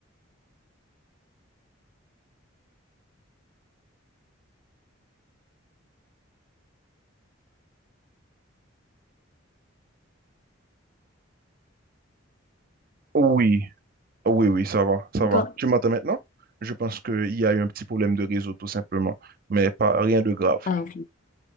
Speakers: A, on the right; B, on the left.
A: Oui, oui, oui, ça va, ça
B: Bon,
A: va. Tu m'entends maintenant? Je pense qu'il y a eu un petit problème de réseau, tout simplement. Mais pas, rien de grave,
B: ah, ok.